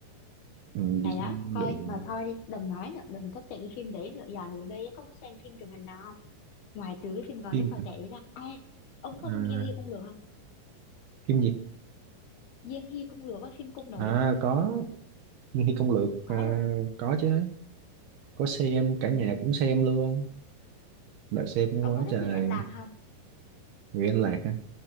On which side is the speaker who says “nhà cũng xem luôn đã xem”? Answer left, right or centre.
Right